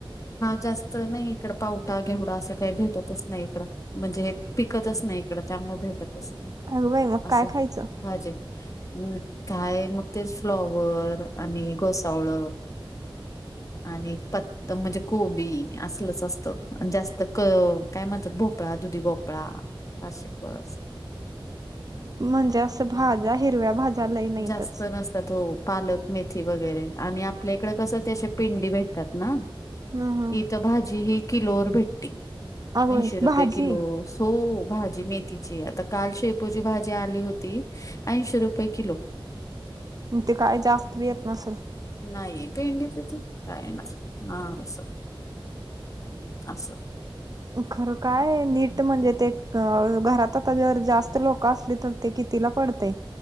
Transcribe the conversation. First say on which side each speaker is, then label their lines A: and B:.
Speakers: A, on the left (about 35°); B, on the right (about 45°).
A: हा जास्त नाही इकडं पावटा, घेवडा, असं काही भेटतच नाही इकडं. म्हणजे हे पिकतच नाही इकडं त्यामुळे भेटतच नाही.
B: अगं बाई मग
A: असं
B: काय खायचं
A: भाजे हम, काय मग तेच फ्लॉवर आणि गोसावळ, आणि पत्त म्हणजे कोबी असलच असतं जास्त. त क काय म्हणतात भोपळा, दुधी भोपळा असं
B: म्हणजे असं भाज्या हिरव्या भाज्या लई नाहीतच
A: जास्त नस त हो पालक मेथी वगैरे आणि आपल्या इकडे कसं त्या पिंडी भेटतात ना.
B: हा हा
A: इत भाजी ही किलोवर भेट ते
B: अगं
A: ऐंशी
B: बाई
A: रुपये
B: भाजी
A: किलो, सो भाजी मेथीची काल शेपूची भाजी आली होती, ऐंशी रुपये किलो.
B: मग काय जास्त बी येत नसेल.
A: नाही पेंडी <unintelligible> काय येणार हा असं असं
B: खरं काय नीट म्हणजे ते क घरातत आल्यावर आता जर जास्त लोक असल्यावर ते कितीला पडते,